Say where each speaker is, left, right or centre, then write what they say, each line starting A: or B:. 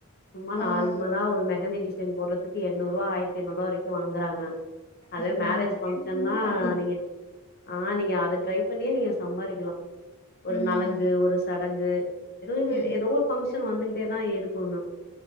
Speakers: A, on the left; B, on the left.
A: சும்மா
B: ஆமா
A: நார்மலா
B: ஆமா
A: ஒரு மெஹந்தி டிஸ் சைன் போறதுக்கு எண்ணூரூவா ஆய்ர்த்தென்னூரூவா வரைக்கு வாங்குறாங்க அதே
B: ம்
A: மேரேஜ்
B: ஆமா
A: பங்
B: என் ஃப்ரெண்டு பண்ணிட்
A: க்ஷன்யே ஆ நீங்க அத ட்ரை பண்ணியே சம்பாரிக்கலா ஒரு
B: ம்
A: நளங்கு ஒரு ச டங்கு எதேவு
B: ம்
A: எதோ ஒரு பங்க்ஷன் வந்துகிட்டேதா இருக்கு இன்னு